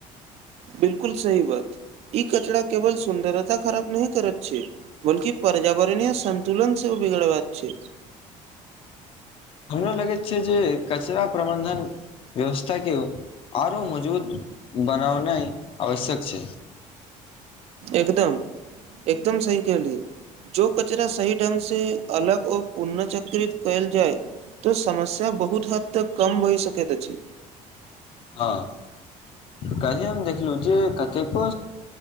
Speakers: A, on the right; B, on the left.
A: बिल्कुल सही बात ई कचरा केवल सुन्दरता खराब नहि करत छै बल्कि पर्यावरणीय सन्तुलन सेहो बिगड़बाक छै
B: हमरा लगैत छै जे कचरा प्रबंधन व्यवस्था के आरो मजबूत बनावनाइ आवश्यक छै
A: एकदम एकदम सही कहलियौ जो कचरा सही ढङ्ग से अलगओ पुनःचक्रित कयल जाय तो समस्या बहुत हद तक कम भहि सकैत अछि
B: हँ काल्हे हम देखलहुँ जे कतेको